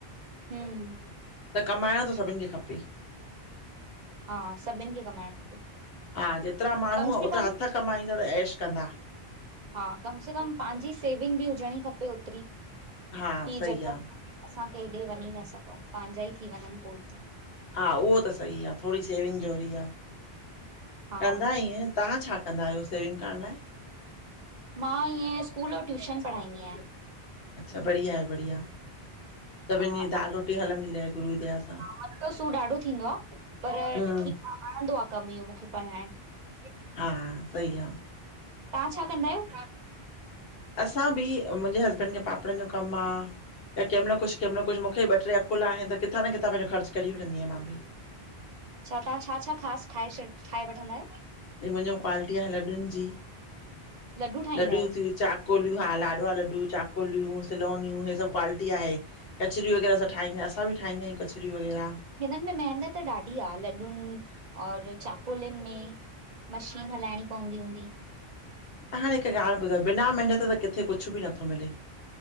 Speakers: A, on the right (about 50°); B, on the left (about 65°).
A: हम्म
B: त कमाईणों त सभिनी खे खपे।
A: हा सभिनि खे कमाईणु खपे।
B: हा जेतिरा माण्हूं,
A: कम से
B: ओतिरा
A: कम
B: हथु कमाईंदणुं ऐश कंदा।
A: हा कमु से कमु पाहिंजी सेविंग बि हुजणी खपे ओतिरी। की
B: हा सही
A: झटपट
B: आ
A: असां केॾे वञी न सघऊं, पाहिंजा ई थी वञनि पोइते।
B: हा उहो त सही आ, थोड़ी सेविंग जरुरी आ।
A: हा
B: कंदा इय तव्हां छा कंदा आहियो सेविंग करणु लाइ?
A: मां हिअं स्कूल और ट्यूशन पढ़ाईंदी आहियां।
B: अच्छा बढ़िया आहे बढ़िया! सभिनि
A: हा-
B: जी दाल रोटी हलंदी रहे गुरू जी दया सां
A: हा मत्थों सूर ॾाढो थींदो आ, पर
B: हम्म
A: ठीकु वणंदो आ कमु इहो मूंखे पढ़ाइणु।
B: हा सही आ।
A: तव्हां छा कंदा आहियो?
B: असां भी, मुंहिंजे हस्बैंड खे पापड़नि जो कमु आ। त कंहिं महिलु कुछ- कहिं महिलु कुछ मूंखे ॿ- ट्रे अकुल आहिनि, त किथां न किथां पंहिंजो खर्चु कढी वठंदी आहिया मां बि।
A: छा तव्हां छा- छा ख़ासि ठाहे छॾ, ठाहे वठंदा आहियो?
B: ऐं मुंहिंजो क्वालिटी आहे लॾुनि जी,
A: लॾूं ठाहींदा
B: लॾियूं
A: आहियो
B: थियूं चाक चाकोलियूं हा लाॾवा लॾू, चाकोलियूं, सिलोनियूं हे सभु क्वालिटी आहे। कचरियूं वग़ैरह असां ठाहिन्दायुं, असां बि ठाहिन्दायूं कचरियूं वग़ैरहा।
A: हिननि में मेहनत ॾाढी आ लॾुनि और चाकोलिनि में। मशीन हलाइणी पवंदी हूंदी?
B: त हाणे हिकु ॻाल्हि ॿुधायो, बिना मेहिनत त किथे कुछ बि नथो मिले।